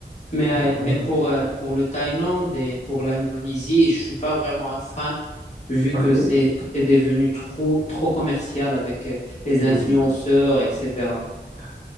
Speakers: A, on the left; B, on the right.
A: Mais,
B: Ah
A: euh, mais pour, euh, pour le Thaïlande et pour l'Indonésie, je suis pas vraiment un fan, vu
B: ah.
A: que
B: OK.
A: c'est que c'est devenu trop, trop commercial avec euh, les
B: Hmm.
A: influenceurs, etc.
B: Ah,